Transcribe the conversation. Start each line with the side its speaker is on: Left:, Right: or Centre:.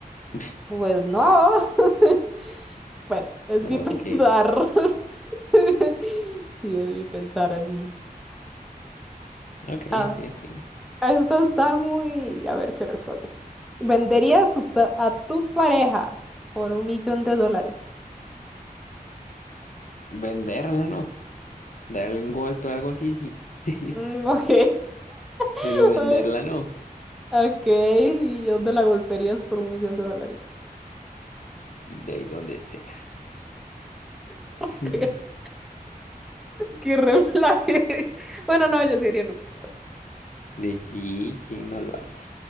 Left: <laughs>
Centre: Pues no. <laughs> Bueno, es
Left: Ok.
Centre: mi pensar. <laughs> Sí, es mi pensar así.
Left: Ok,
Centre: Ah,
Left: ok, ok.
Centre: esto está muy... A ver qué respondes. ¿Venderías tu ta- a tu pareja por un millón de dólares?
Left: Venderla no. Darle un golpe o algo así, sí. <laughs>
Centre: Mm, ok.
Left: Pero
Centre: <laughs>
Left: venderla
Centre: Ah,
Left: no.
Centre: Ok. ¿Y dónde la golpearías por un millón de dólares?
Left: De ahí donde sea.
Centre: <laughs>
Left: <laughs>
Centre: Qué red flag <laughs> Bueno, no, yo sería lo mismo.
Left: De sí, ¿quién no lo haría?